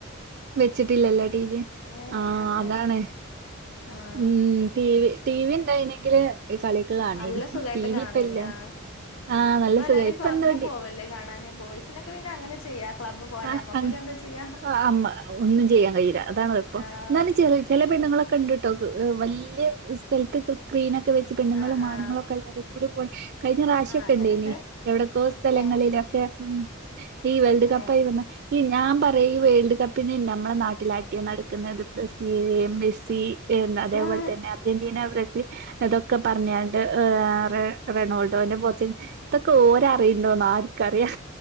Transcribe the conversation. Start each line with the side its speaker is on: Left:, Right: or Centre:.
Right: വെച്ചിട്ട്ല്ലല്ലേ ടീവി
Left: ഏ
Right: ആ
Left: അങ്ങനെ
Right: അതാണ്
Left: ആഹ്
Right: ഉം ടീവി ടീവിണ്ടായ്നെങ്കില് കളിയൊക്കെ കാണേനി
Left: നല്ല സുഖായിട്ട്
Right: ടീവിപ്പല്ല
Left: കാണേനി ആഹ്
Right: ആ നല്ല
Left: ഇപ്പൊ എല്ലാരും
Right: സുഖേ ഇപ്പന്താടി
Left: ക്ലബ്ബ് പോവല്ലേ കാണാന് ബോയ്സിനൊക്കെ പിന്നെ അങ്ങനെ ചെയ്യാ ക്ലബ്ബ് പോവാ
Right: ആ അ
Left: ഞമ്മക്കൊക്കെ
Right: അ
Left: എന്താ ചെയ്യാ
Right: അ അമ്മ ഒന്നും ചെയ്യാൻ കയ്യ്ല അതാണ് കൊയ്പ്പം
Left: ആഹ്
Right: ന്നാലും ചെറ്യേ ചെലേ പെണ്ണ്ങ്ങളൊ ക്കണ്ട്ട്ടോ വല്യ സ്ഥൽത്ത് സ്ക്രീനൊക്കെ വെച്ച് പെണ്ണ്ങ്ങളും
Left: ആഹ് ആഹ്
Right: ആണ്ങ്ങളൊക്കെ എല്ലാരും കൂടി കഴിഞ്ഞ റാശ്യൊക്കെണ്ടേയ്നി
Left: ആഹ് അങ്ങനെണ്ട്
Right: എവിടക്കാേ സ്ഥലങ്ങളിലൊക്കെ
Left: ഏ
Right: ഉം ഈ വേൾഡ് കപ്പായി
Left: ഏ
Right: വന്ന ഈ ഞാം പറയാ ഈ വേൾഡ് കപ്പിന് നമ്മളെ നാട്ടിലടിയ നടക്ക്ന്നത് ബ്രസീല് മെസ്സി പിന്നെ അതേപോൽ
Left: ആഹ്
Right: തന്നെ അർജന്റീന ബ്ര തൊക്കെ പറഞ്ഞാണ്ട് ഏ റെ റെണ്ടോൾഡോന്റെ പോച്ച ഇതൊക്കെ ഓരറിയ്ണ്ടോന്ന് ആ ക്കറിയാ